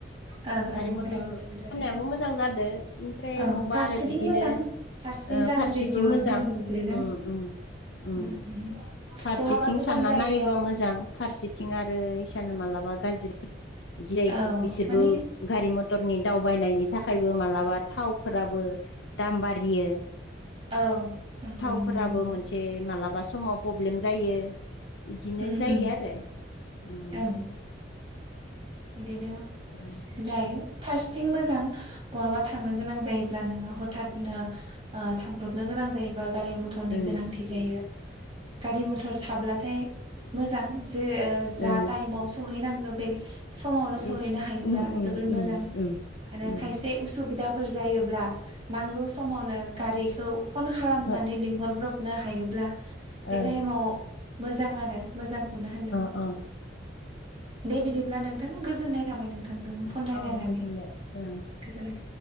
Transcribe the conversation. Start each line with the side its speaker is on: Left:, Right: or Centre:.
Right: ओं
Left: गारि
Right: ओं
Left: मथर
Right: एभेलेबेल जाबाय
Left: थानायाबो मोजां जादो ओमफ्राय
Right: औ
Left: बबावबा
Right: फारसेथिं
Left: आरो बिदिनो
Right: मोजां फारसेथिं
Left: ओ
Right: गाज्रिबो
Left: फारसेथिं मोजां
Right: गोहोम गोग्लैदों
Left: ओम ओम ओम
Right: उम उम
Left: फारसेथिं
Right: बहाबा गोजान
Left: सानना
Right: जायगायाव
Left: नायोबा मोजां फारसेथिं आरो इसानो मालाबा गाज्रि बिदि जायो
Right: औ
Left: बिसोरबो
Right: माने
Left: गारि मथरनि दावबायनायनि थाखायबो मालाबा थावफ्राराबो दाम बारियो
Right: औ नंगौ
Left: थावफ्राराबो
Right: नंगौ नंगौ।
Left: मोनसे <unintelligible> मालाबा समाव प्रब्लेम जायो इदिनो
Right: उम
Left: जायो
Right: उम
Left: आरो ओम
Right: ओं बिदिनो
Left: ओ
Right: जायो फारसेथिं मोजां बहाबा थांनो गोनां जायो ब्ला नोङो हथादनो ओ थांब्रबनो गोनां जायोबा गारि मथरनि
Left: ओ
Right: गोनांथि जायो गारि मथर थाब्लाथाय मोजां जे जा
Left: ओ
Right: टाइमाव सहैनांगौ बे समावनो
Left: बे
Right: सहैनो हायोब्ला
Left: उम उम
Right: जोबोर मोजां
Left: उम उम
Right: आरो
Left: उम
Right: खायसे उसुबिदाफोर जायोब्ला नांगौ समावनो गारिखौ फन खालामनानै
Left: ओ
Right: लिंहरब्रब नो हायोब्ला बे
Left: अ
Right: टाइमाव मोजां आरो मोजांखौनो होनो
Left: औ
Right: दे बिदिब्ला नोंथां गोजोननाय थाबाय नोंथांजों फन रायलायनानै
Left: औ गोजोनबाय ओ
Right: गोजोननाय थाबाय